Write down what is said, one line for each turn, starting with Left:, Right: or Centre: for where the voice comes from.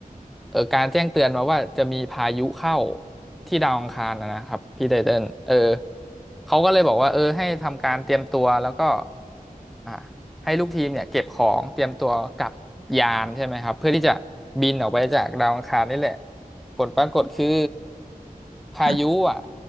Centre: เอ่อการแจ้งเตือนมาว่าจะมีพายุเข้าที่ดาวอังคารนะนะครับพี่ไตเติ้ลเออเขาก็เลยบอกว่าเออให้ทำการเตรียมตัวแล้วก็อ่าให้ลูกทีมเนี่ยเก็บของเตรียมตัวกลับยานใช่ไหมครับเพื่อที่จะบินออกไปจากดาวอังคารนี่แหละผลปรากฏคือพายุอ่ะ
Right: ค่ะ